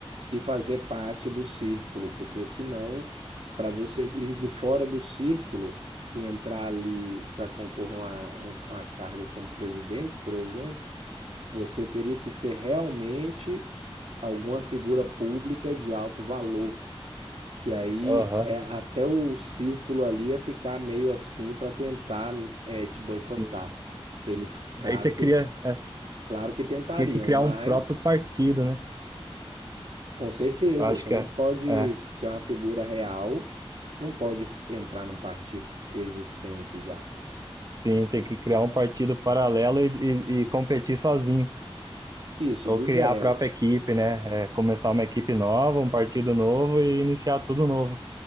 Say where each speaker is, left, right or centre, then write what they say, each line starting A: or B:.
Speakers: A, on the right; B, on the right.
A: e fazer parte do círculo, porque senão, para você vir de fora do círculo e entrar ali para concorrer a uma, um- uma carga como presidente, por exemplo, você teria que ser realmente alguma figura pública de alto valor. Que aí
B: Aham,
A: é, até o círculo ali ia ficar meio assim para tentar é, te boicotar.
B: sim.
A: Eles, claro
B: Daí você
A: que,
B: cria, é,
A: claro que tentariam,
B: tinha que criar
A: mas
B: um próprio partido, né?
A: Com certeza,
B: Eu Acho
A: você
B: que
A: não
B: é,
A: pode
B: é,
A: ser uma figura real, não pode f- entrar num partido existente já.
B: sim, tem que criar um partido paralelo e, e, e competir sozinho.
A: Isso
B: Ou
A: do
B: criar
A: zero.
B: a própria equipe, né? É, começar uma equipe nova, um partido novo e iniciar tudo novo